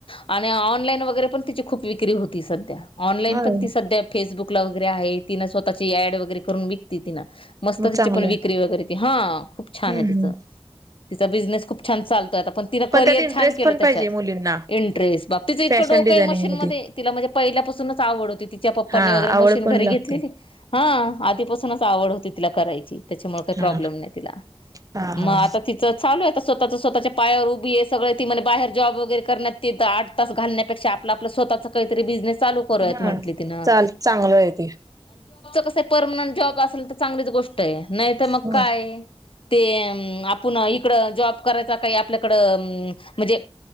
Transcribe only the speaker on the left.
आणि ऑनलाईन वगैरे पण तिची खूप विक्री होती सध्या ऑनलाईन
पण ती सध्या फेसबुक कला वगैरे आहे तिं स्वतःची अड वगैरे करून विकती तिं मस्त
तिची
पण विक्री वगैरे ती हा खूप छान
आहे तिचं
तिचा बिझनेस खूप छान चालतोयता पण तिन करिअर
छान केलं
त्याच्यात
इंटरेस्ट बाप तिचं इतं
डोकं
आहे मशीन मध्ये तिला म्हणजे पहिल्यापासूनच आवड होती तिच्या पप्पनी
वगैरे
मशीन
घरी
घेतलेली हा आधीपासूनच आवड होती तिला करायची त्याच्यामुळे काही
प्रॉब्लेम नाही तिला
मग
आता तिचं चालू आहे स्वतःच्या स्वतःच्या पायावर उभी आहे सगळं ती म्हने बाहेर जॉब वगैरे करण्यात घालण्यापेक्षा आपलं आपला स्वतचा काहीतरी बिझनेस चालू करायचं
म्हटली तीना
कस परमनंट जॉब असेल तर चांगलीच गोष्ट आहे नाही तर मग
काय ते आपण इकडं जॉब करायचा काही आपल्याकडे म्हणजे